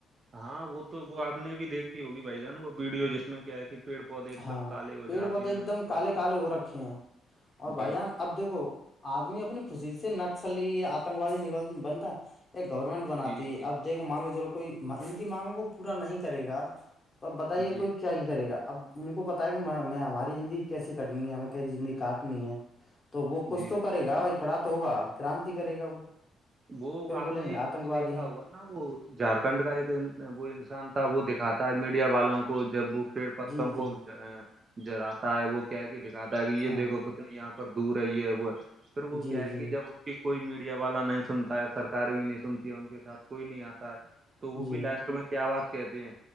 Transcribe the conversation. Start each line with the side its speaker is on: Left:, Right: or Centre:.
Right: ہاں وہ تو وہ آپ نے بھی دیکھی ہوگی بھائی جان وہ ویڈیو جس میں کیا ہے کہ پیڑ پودے ایک
Left: ہاں
Right: دم کالے ہو
Left: پیڑ
Right: جاتے
Left: پودے
Right: ہیں
Left: ایک دم
Right: وہ
Left: کالے کالے ہو رکھے ہیں اور
Right: جی
Left: بھائی جان اب دیکھو آدمی اپنی خوشی سے نکسللی آتنکوادی بنتا یہ گورنمنٹ بناتی
Right: جی جی
Left: اب دیکھو مان لو چو کوئی ان کی مانگوں کو پورا نہیں کرے گا تو اب بتائیے
Right: جی
Left: کوئی کیا ہی کرے گا اب ان کو پتا ہے کہ ہماری زندگی کیسے کٹنی ہے ہمیں کیسی زندگی کاٹنی ہے تو وہ کچھ
Right: جی
Left: تو کرے گا
Right: جی
Left: بھائی کھڑا تو ہوگا کرانتی کرے گا وہ
Right: وہ
Left: پھر
Right: آپ
Left: بولیں
Right: نے
Left: گے
Right: ایک
Left: آتنک
Right: کو
Left: وادی
Right: دیکھا
Left: ہیں
Right: ہوگا ن وہ جھارکھنڈ کا ایک وہ انسان تھا وہ دکھاتا ہے میڈیا والوں کو جب وہ پیڑ پتوں
Left: جی
Right: کو
Left: جی
Right: جراتا ہے وہ کہ کے دکھاتا ہے کہ یہ
Left: ہاں
Right: دیکھو یہاں پر دور ہے یہ وہ پھر وہ
Left: جی
Right: کیا ہے
Left: جی
Right: کہ جب اس کی کوئی میڈیا والا نہیں سنتا ہے سرکار بھی نہیں سنتی ہے ان کے ساتھ کوئی نہیں آتا ہے تو وہ
Left: جی
Right: بھی لاسٹ کیا بات کہتی ہیں